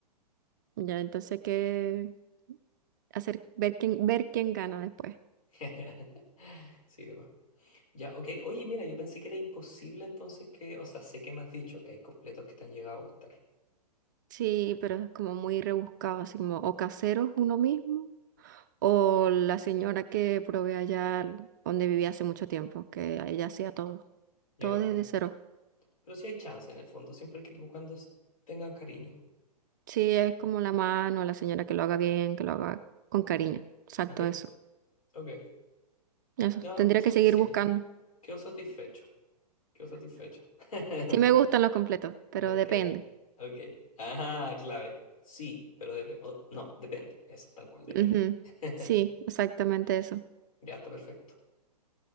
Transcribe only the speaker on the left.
<laughs> Sí, demás. Ya, ok. Oye, mira, yo pensé que era imposible entonces que, o sea, sé que me has dicho que hay completos que te han llegado a gustar.
Ya,
ok.
Pero sí hay chance en el fondo, siempre que cuando s- tengan cariño.
¿Ok?
Ok.
Nada,
suficiente.
Quedo satisfecho. Quedo satisfecho. <laughs>
Ok.
Ok. Ajá, clave. Sí, pero dep- o- no, depende. Eso, tal cual, depende.
<laughs>
Ya está perfecto.